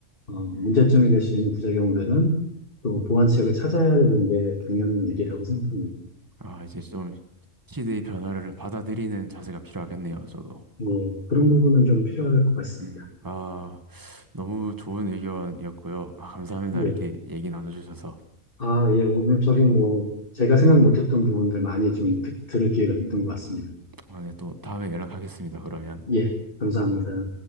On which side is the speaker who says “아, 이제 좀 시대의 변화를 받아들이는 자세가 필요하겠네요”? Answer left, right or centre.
Right